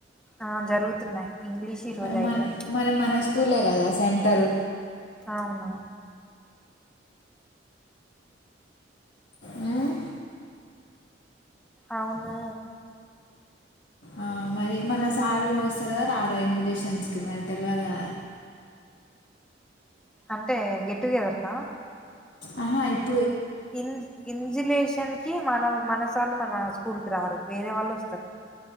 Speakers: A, in the centre; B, on the left (about 70°).
A: ఆ జరుగుతున్నాయి ఇంగ్లీష్ ఈ రోజు
B: అవును
A: అయిపోయింది
B: మరి మన స్కూ స్కూలే కదా సెంటర్
A: అవును
B: మ్మ్
A: అవును
B: ఆ మరి మన సార్లు వస్తారు కదా రార ఇన్వ్ లేష ఫ్రెండ్స్ కి మరి తెలవదా
A: అంటే గెట్ టుగెదర్ కా
B: ఆహా ఇప్ప్
A: ఇన్ ఇన్జులేషన్ కి మనం మన స్కూ సార్లు మన స్కూలుకి రారు వేరే వాళ్ళు వస్తారు